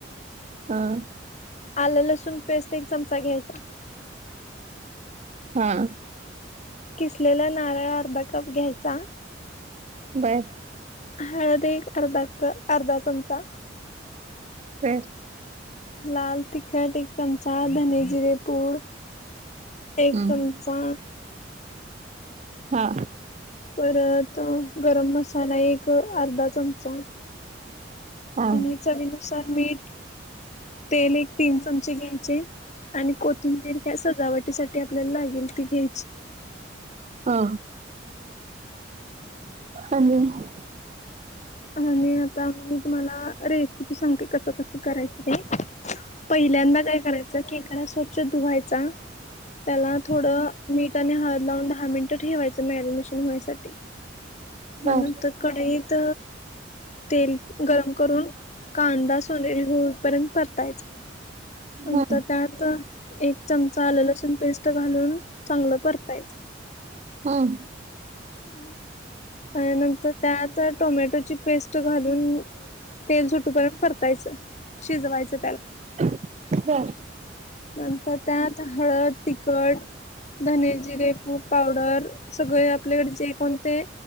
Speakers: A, on the right; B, on the left.
A: हां.
B: आलं लसूण पेस्ट एक चमचा घ्यायचा.
A: हा.
B: किसलेला नारळ अर्धा कप घ्यायचा.
A: बर.
B: हळदी एक अर्धा क अर्धा चमचा.
A: हम्.
B: लाल, तिखट एक चमचा. धनी, जिरे पूड -- एक
A: हम्म
B: चमचा.
A: हा.
B: परत गरम मसाला एक अर्धा चमचा.
A: हा.
B: आणि चवीनुसार मीठ. तेल एक तीन चमचे घ्यायचे. आणि कोथिंबीर काय सजावटीसाठी आपल्याला लागेल ती घ्यायची.
A: हा. <unintelligible>
B: आणि आता मी तुम्हाला रेसिपी सांगते कसं कसं करायचं ते. पहिल्यांदा काय करायचं खेकडा स्वच्छ धुवायचा. त्याला थोडं- - मीठ आणि हळद लावून दहा मिनटं ठेवायचं मॅरिनेशन होण्यासाठी म्हणुन
A: बर
B: तर कढईत तेल गरम करून -- कांदा सोनेरी होईपर्यंत परतायचा. नंतर
A: हम्
B: त्यात एक चमचा आलं लसूण पेस्ट घालून चांगलं परतायचं.
A: हां.
B: त्या नंतर त्यात टोमॅटोची पेस्ट घालून तेल सुटूपर्यंत परतायचं. शिजवायचं त्याला.
A: <unintelligible>
B: नंतर त्यात हळद, तिखट -- धने, जिरे पूक पावडर सगळे आपलेकडं जे कोणते